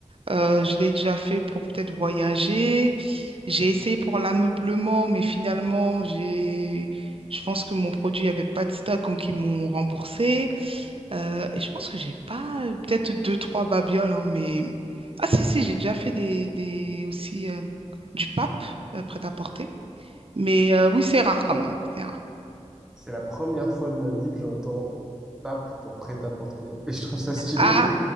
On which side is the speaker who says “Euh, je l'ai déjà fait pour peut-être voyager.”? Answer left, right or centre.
Right